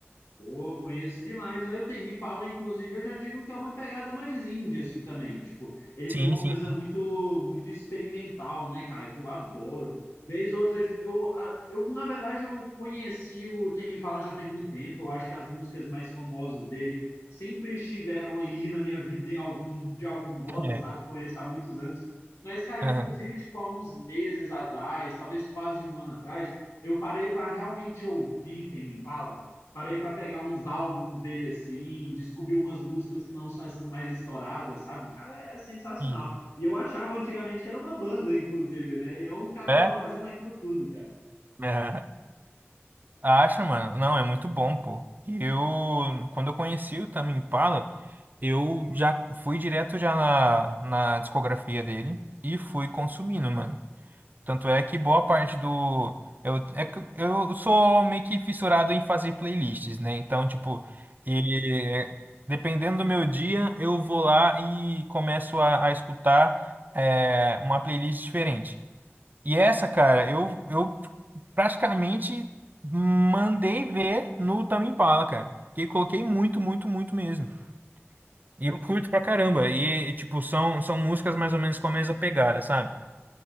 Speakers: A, on the left; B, on the right.
A: Pô, conheço demais. Aí o Tem Me Impala, inclusive, eu já digo que é uma pegada mais indie, assim, também. Tipo, ele
B: Sim,
A: tem uma
B: sim,
A: coisa
B: sim.
A: muito muito experimental, né, cara, que eu adoro. Vez ou outra, tipo, eu, a- eu, na verdade, eu conheci o Tem Me Impala já tem muito tempo. Eu acho que as músicas mais famosas dele sempre estiveram aí <laughs> na minha vida em algum, de algum modo,
B: É.
A: sabe? Conheço há muitos anos. Mas, cara,
B: Aham.
A: inclusive, tipo, há uns meses atrás, talvez quase um ano atrás, eu parei para realmente ouvir Tame Impala. Parei para pegar uns álbuns dele assim, descobri umas músicas que não são essas mais estouradas, sabe? O cara é sensacional.
B: Sim, sim.
A: E eu achava antigamente que era uma banda, inclusive, né? E é um cara
B: É?
A: só fazendo aquilo tudo, cara.
B: É. Acha, mano? Não, é muito bom, pô. E eu, quando eu conheci o Tame Impala, eu já fui direto já na, na discografia dele e fui consumindo, mano. Tanto é que boa parte do... Eu, é que eu sou meio que fissurado em fazer playlists, né? Então, tipo, e, dependendo do meu dia, eu vou lá e começo a, a escutar é, uma playlist diferente. E essa, cara, eu, eu praticamente mandei ver no Tame Impala, cara. Porque coloquei muito, muito, muito mesmo. E eu curto pra caramba. E, e, tipo, são, são músicas mais ou menos com a mesma pegada, sabe?